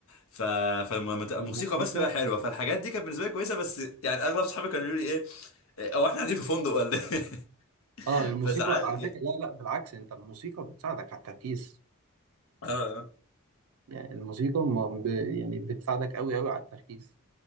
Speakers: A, on the left; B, on the right.
A: ف فالموسيقى
B: الموسيقى
A: بس تبقى حلوه فالحاجات دي كانت بالنسبه لي كويسه بس يعني اغلب صحابي كانوا يقولوا لي ايه إيه، هو احنا قاعدين في فندق ولا ايه <laughs>
B: اه الموسيقى
A: فساعات
B: على فكره لا لا بالعكس انت الموسيقى بتساعدك على التركيز
A: اه آه.
B: يعني الموسيقى ما ب... يعني بتساعدك قوي قوي على التركيز